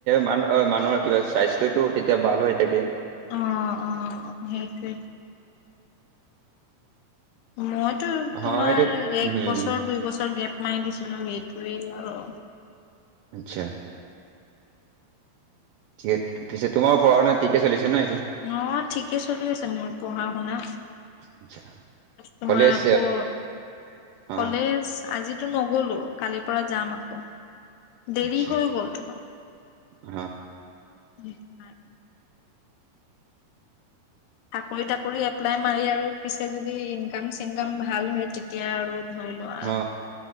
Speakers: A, on the right; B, on the left.
A: মানো, মানুহৰ কিবা স্বাস্থ্যটো তেতিয়া ভাল হৈ থাকে।
B: অ, অ, সেইটোৱেই। মইতো
A: হয়
B: তোমাৰ
A: এইটো
B: এক
A: উম
B: বছৰ দুই বছৰ, গ্ৰেপ মাৰি দিছিলো, সেইটোয়ে আৰু।
A: আচ্ছা। ঠিকে-ঠিকছে তোমাৰ পঢ়-শুনা ঠিকে চলিছে ন, এতিয়া।
B: অ, ঠিকে চলি আছে, মোৰ পঢ়া-শুনা।
A: আচ্ছা।
B: তোমাৰ
A: কলেজ
B: ক'ত,
A: অ
B: কলেজ আজি টো, নগলো কালিৰ পৰা যাম আকৌ, দেৰি
A: আচ্ছা
B: হৈ গ'ল তোমাৰ।
A: অ,
B: <inaudible> চাকৰি-তাকৰি এপ্লাই মাৰি আৰু পিছে যদি ইনকাম চিনকাম ভাল হয়, তেতিয়া আৰু ধৰি লোৱা
A: অ,